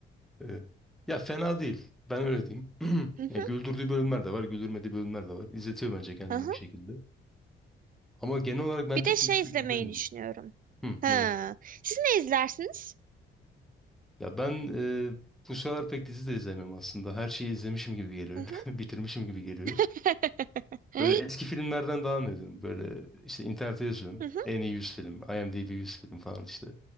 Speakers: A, in the centre; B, on the right (about 45°).
A: Evet. Ya fena değil. Ben öyle diyeyim. <clears throat>
B: Hı hı.
A: Ya güldürdüğü bölümler de var, güldürmediği bölümler de var. İzletiyor bence kendini
B: Hı hı.
A: bir şekilde. Ama genel olarak ben
B: Bir
A: Türk
B: de şey
A: dizisi pek
B: izlemeyi
A: izlemiyorum.
B: düşünüyorum.
A: Hı,
B: Ha.
A: neyi?
B: Siz ne izlersiniz?
A: Ya ben e, bu sıralar pek dizi de izlemiyorum aslında. Her şeyi izlemişim gibi geliyor.
B: Hı hı.
A: <laughs> Bitirmişim gibi geliyor.
B: <laughs> Hı
A: Böyle eski filmlerden devam ediyorum. Böyle işte internete yazıyorum.
B: hı.
A: En iyi 100 film, IMDb 100 film falan işte.